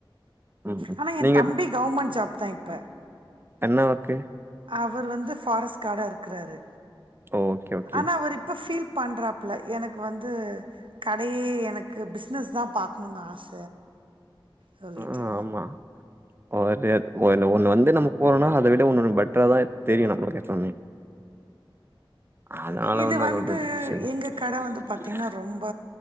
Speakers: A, on the right (about 25°); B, on the right (about 70°).
A: ம். ம்.
B: ஆனா எ
A: நீங்க
B: தம்பி
A: இப்ப
B: கவர்மெண்ட் ஜாப் தா இப்ப
A: என்ன ஒர்க்
B: அவர் வந்து ஃபாரஸ்ட் கார்டா இருக்குறாரு
A: ஓகே ஓகே.
B: ஆனா அவர் இப்போ ஃபீல் பண்றாப்ல எனக்கு வந்து கடையே எனக்கு பிஸ்னஸ் தா பாக்கணும்னு ஆச சொல்லிட்டு.
A: ஆ ஆமா ஒரு ஒ ஒண்ணு வந்து நமக்கு போறோம்னா அதை விட ஒன்னு வந்து பெட்ரா தா தெரியும் நம்மளுக்கு உம் அதுனால
B: இது
A: ஒண்னு
B: வந்து
A: பிரட்சனை இல்ல சரிங்க
B: எங்க கட வந்து பாத்தீங்கன்னா, ரொம்ப